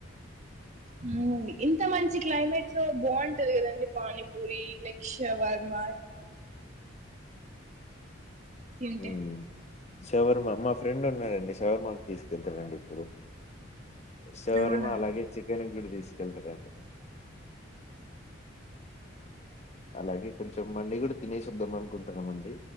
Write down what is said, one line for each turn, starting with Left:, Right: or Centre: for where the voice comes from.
Right: హ ఇంత మంచి మంచి క్లైమేట్ లో బాగుంటది కదండి పానీపూరి లైక్ షవర్మ తింటే
Left: ఉ శవర్మా మా ఫ్రెండ్ ఉండండి శవరంకి తీసుకెళ్తానండి ఇప్పుడు శషవర్మా
Right: అవునా
Left: అలాగే చికెన్ ఇంలో తీసుకెళ్తారండి అలాగే కొచం మడి కుడుతు చద్ద్దం అనుకుంటున్నామండి